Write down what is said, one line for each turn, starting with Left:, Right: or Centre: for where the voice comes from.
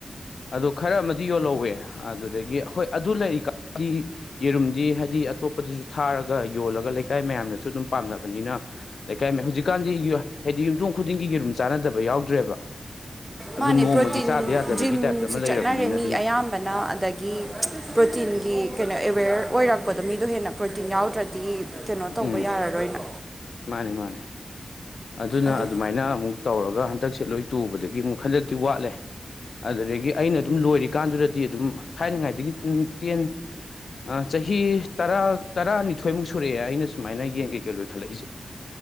Left: ꯑꯗꯣ ꯈꯔ ꯑꯃꯗꯤ ꯌꯣꯜꯍꯧꯋꯦ ꯑꯗꯨꯗꯒꯤ ꯍꯣꯏ ꯑꯗꯨ ꯂꯩꯔꯤꯀꯥꯟꯒꯤ ꯌꯦꯔꯨꯝꯗꯤ ꯍꯥꯏꯗꯤ ꯑꯇꯣꯞꯄꯗꯁꯨ ꯊꯥꯔꯒ ꯌꯣꯜꯂꯒ ꯂꯩꯀꯥꯏ ꯃꯌꯥꯝꯅꯁꯨ ꯑꯗꯨꯝ ꯄꯥꯝꯅꯕꯅꯤꯅ ꯂꯩ ꯀꯥꯏ ꯍꯧꯖꯤꯛꯀꯥꯟꯗꯤ ꯍꯥꯏꯗꯤ ꯌꯨꯝꯊꯣꯡ ꯈꯨꯗꯤꯡꯒꯤ ꯌꯦꯨꯔꯨꯝ ꯆꯥꯟꯅꯗꯕ ꯌꯥꯎꯗ꯭ꯔꯦꯕ ꯑꯗꯨ
Right: ꯃꯥꯅꯦ
Left: ꯅꯣꯡꯃꯒꯤ
Right: ꯄ꯭ꯔꯣꯇꯤꯟ
Left: ꯆꯥꯗ ꯌꯥꯗꯕꯒꯤ
Right: ꯖꯤꯝꯁꯨ
Left: ꯇꯥꯏꯞꯇ ꯑꯃ ꯂꯩꯔꯕꯅꯤꯅ
Right: ꯆꯠꯅꯔꯦ ꯃꯤ
Left: ꯑꯗꯨꯅ
Right: ꯑꯌꯥꯝ ꯅ ꯑꯗꯒꯤ ꯄ꯭ꯔꯣꯇꯤꯟꯒꯤ ꯀꯩꯅꯣ ꯑꯦꯋꯦꯌꯔ ꯑꯣꯏꯔꯛꯄꯗꯣ ꯃꯤꯗꯣ ꯍꯦꯟꯅ ꯄ꯭ꯔꯣꯇꯤꯟ ꯌꯥꯎꯗ꯭ꯔꯗꯤ ꯀꯩꯅꯣ ꯇꯧꯕ
Left: ꯎꯝ
Right: ꯌꯥꯔꯔꯣꯏꯕ
Left: ꯃꯥꯅꯦ ꯃꯥꯅꯦ ꯑꯗꯨꯅ
Right: ꯑꯗꯨ
Left: ꯑꯗꯨꯃꯥꯏꯅ ꯑꯃꯨꯛ ꯇꯧꯔꯒ ꯍꯟꯗꯛꯁꯦ ꯂꯣꯏ ꯇꯨꯕꯗꯒꯤ ꯒꯤ ꯍꯟꯗꯛꯇꯤ ꯋꯥꯠꯂꯦ ꯑꯗꯨꯗꯒꯤ ꯑꯩꯅ ꯑꯗꯨꯝ ꯂꯣꯏꯔꯤꯀꯥꯟꯗꯨꯗꯗꯤ ꯑꯗꯨꯝ ꯊꯥꯏꯅꯉꯥꯏꯗꯒꯤ ꯇꯦꯟ ꯑꯃꯥ ꯆꯍꯤ ꯇꯔꯥ ꯇꯔꯥꯅꯤꯊꯣꯏꯃꯨꯛ ꯁꯨꯔꯛꯑꯦ ꯑꯩꯅ ꯁꯨꯃꯥꯏꯅ ꯌꯦꯡꯒꯦ ꯀꯩ ꯀꯩ ꯂꯣꯏ ꯈꯠꯂꯛꯏꯁꯦ